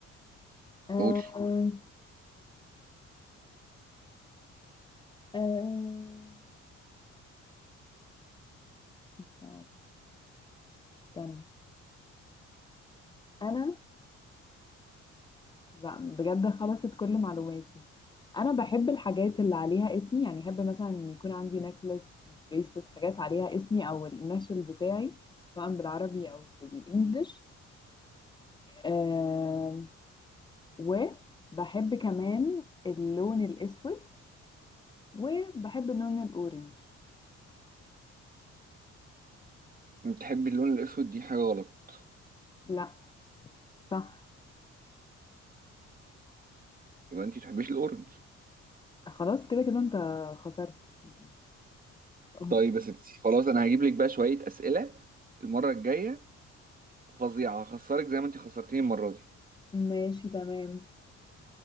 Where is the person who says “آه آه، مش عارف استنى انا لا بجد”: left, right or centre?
Left